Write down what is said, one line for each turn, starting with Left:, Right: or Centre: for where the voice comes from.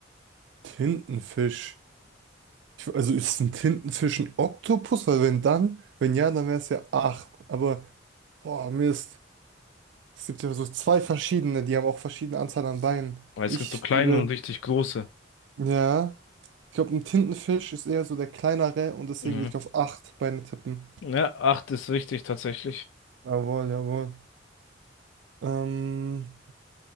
Right: Tintenfisch. Ich, also ist es ein Tintenfisch ein Oktopus? Weil wenn dann, wenn ja, dann wäre es ja acht. Aber, boah, Mist. Es gibt ja so zwei verschiedene, die haben auch verschiedene Anzahl an Beinen.
Left: Weil Es
Right: Ich
Left: gibt so kleine
Right: würde,
Left: und richtig große.
Right: ja, ich glaube, ein Tintenfisch ist eher so der kleinere und deswegen
Left: Mhm.
Right: würde ich auf acht Beine tippen.
Left: Ja, acht ist richtig tatsächlich.
Right: Jawohl, jawohl. Ähm,